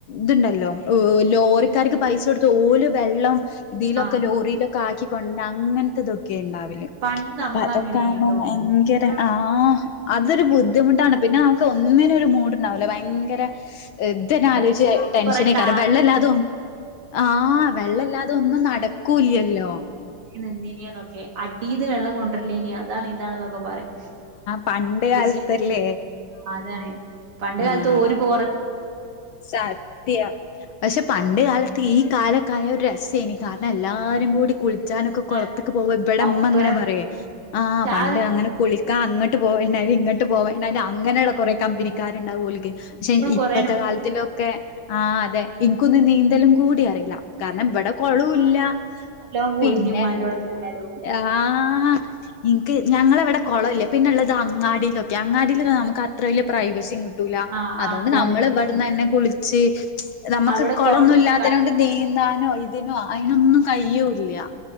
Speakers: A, on the left; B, on the right.
A: ത്ണ്ടല്ലോ ഓ ലോറി ലോറിക്കാര്ക്ക് പൈസൊട്ത്ത് ഓല് വെള്ളം ഇതീലൊക്കെ
B: ആഹ്
A: ലോറിയിലൊക്കാക്കിക്കൊണ്ട ങ്ങനത്ത ത്തെതൊക്കെണ് ഒക്കെ ഉണ്ടാവല്
B: പണ്ട് നമ്മളങ്ങനേനിട്ടോ.
A: അപ്പതൊക്കാമ്പോ ഭയങ്കര
B: ഇപ്പളാ നമ്മള്
A: ആഹ് അതൊരു
B: റെഡിയാക്കിയൊക്കെ.
A: ബുദ്ധിമുട്ടാണ് പിന്നാ നമ്മക്ക് ഒന്നിനു ഒരു മൂഡ്ണ്ടാവുല ഭയങ്കരെ ഇദ്ധന്നെ ആലോയ്ച്ച്
B: അത്
A: ടെൻഷനെയ്ക്കാരം
B: കൊറേ താങ്ങി
A: വെള്ളല്ലാതൊന്നും
B: പിടിച്ച് കൊണ്ടരണം.
A: ആഹ് വെള്ളല്ലാതെ ഒന്നും നടക്കൂല്ല്യല്ലോ
B: നിന്നീന്യേന്നൊക്കെ അടീന്ന് വെള്ളം കൊണ്ടര്ലേനി അതാണ് ഇതാണ് ന്നൊക്കെ ന്നൊക്ക പാറീം
A: പണ്ട് കാലത്തല്ലേ
B: ന്ത്‌ ചെയ്യാ ആ അതാണ് പണ്ട്
A: ആഹ്
B: കാലത്ത് ഓര് പോറ
A: സത്യം പക്ഷെ പണ്ട് കാലത്ത് ഈ കാലൊക്കായ ഒരു രെസ സ്സേനി കാരണെല്ലാരും കൂടി കുൾ ൾച്ചാനൊക്കെ
B: അതാണ്
A: കൊൾത്ത്ക്ക് പോവ ഇബടെ
B: ഒപ്പരം
A: മ്മ ങ്ങനെ പറയുയേ
B: പക്ഷെ
A: ആ പണ്ട്
B: ഒരു
A: അങ്ങനെ കുളിക്കാ അങ്ങട്ട് പോവണ്ടാനി ഇങ്ങട്ട് പോവണ്ടാനി അങ്ങനെയുള്ള കൊറെ കമ്പനിക്കാരുണ്ടാവു
B: ആഹ്
A: ഓല്ക്ക്
B: ഇൻക്കിപ്പളും
A: പക്ഷെ ഇപ്പത്തെ
B: കൊറേ
A: കാല ത്തിലൊക്കെ ആ അതെ ഇനിക്കൊന്നു നീന്തലും കൂടി അറിയില്ല കാരണം ഇവടെ കൊളൂല്ല
B: ആഹ് ചെറുപ്പത്തൊക്കെ നല്ലോം പോയീനി
A: പിന്നെ
B: ഇമ്മാന്റോട്ക്കായാലും.
A: ആഹ് ആ ഇനിക്ക് ഞങ്ങളവടെ കുളല്ല പിന്നെള്ളത് അങ്ങാടിയിലൊക്കെ അങ്ങാടിൽ നമ ക്കത്ര വല്യ പ്രൈവസിയും കിട്ടൂല
B: ആഹ്
A: അതോണ്ട്
B: ആഹ് അതാണ്.
A: നമ്മള്, വ ട്ന്നെ കുളിച്ച് നമ്മക്ക്
B: അവിടെ
A: കുളൊന്നു
B: കൊളും
A: ഇല്ലാത്തനെ
B: കാര്യൊന്നും
A: കൊണ്ട് നീന്താനോ
B: ഉണ്ടാവൂലല്ലേ.
A: ഇതിനോ അയ്നൊന്നും കയ്യൂല്ല്യാ